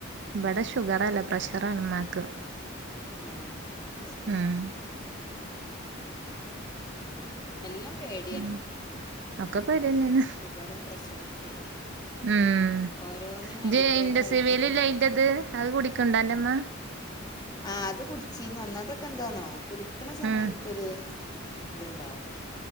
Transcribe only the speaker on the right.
ഇബടെ ഷുഗർ അല്ല പ്രഷറാണ് ഇമ്മാക്ക്
ഉം
ഉം ഒക്കെ പേടിന്നെയാണ്
ഉം
ഇജ്
ഇന്റെ സിവൽ ഇല്ല അയ്ന്റെത് അഹ്കുടിക്കണ്ടോ അന്റെമ്മ
ഉം